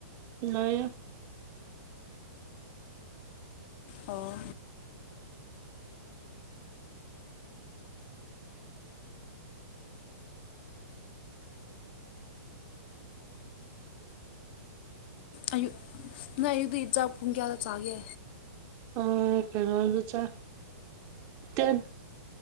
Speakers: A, on the right; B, on the left.
A: ꯂꯩꯌꯦ
B: ꯑꯣ ꯑꯌꯨꯛ ꯅꯪ ꯑꯌꯨꯛꯇꯤ ꯆꯥꯛ ꯄꯨꯡ ꯀꯌꯥꯗ ꯆꯥꯒꯦ
A: ꯑ ꯀꯩꯅꯣꯗ ꯆꯥꯏ ꯇꯦꯟ